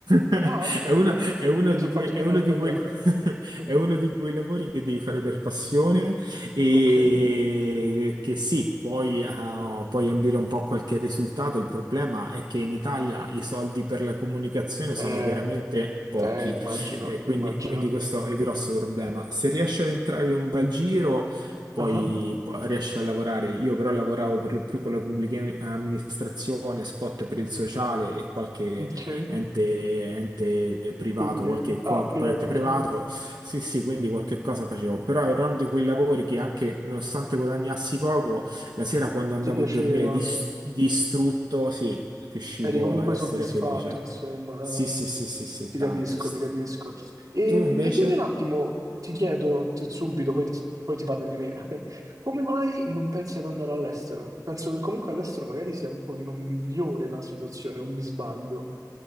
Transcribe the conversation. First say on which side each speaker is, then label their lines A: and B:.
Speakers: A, on the right; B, on the right.
A: <laughs>
B: Ah, ok,
A: è uno,
B: bene, ok.
A: è uno
B: Mi
A: di
B: sono
A: quei,
B: fatto
A: è
B: un'idea
A: uno
B: sbagliata.
A: di quei- <laughs>
B: <laughs>
A: è uno di quei lavori che devi fare per passione e
B: Ok.
A: che sì, puoi, eh, puoi ambire un po' a qualche risultato. Il problema è che in Italia i soldi per la comunicazione sono
B: Eh,
A: veramente pochi,
B: eh, immagino,
A: Eh,
B: immagino.
A: quindi, quindi questo è il grosso problema. Se riesci ad entrare in un bel giro poi
B: Ah,
A: po- riesce a lavorare. Io però lavoravo per lo più con la pubblica amministrazione, spot per il sociale e qualche
B: ok.
A: ente, ente privato,
B: Pubblica.
A: qualche
B: Ah,
A: corporate
B: privata, ok.
A: privato. Sì, sì, quindi qualche cosa facevo. Però era uno di quei lavori che anche nonostante guadagnassi poco, la sera quando andavo
B: Ti piaceva.
A: a dormire dis- distrutto, sì, riuscivo
B: Eri comunque
A: ad essere
B: soddisfatto,
A: felice.
B: insomma.
A: Sì, sì,
B: Eh,
A: sì, sì, sì,
B: Ti
A: tanto.
B: capisco, ti capisco. E,
A: Tu invece?
B: e dimmi un attimo, ti chiedo ti- subito, poi ti, poi ti parlo di me. <laughs> Come mai non pensi ad andare all'estero? Penso che comunque all'estero magari sia un pochino migliore la situazione, o mi sbaglio.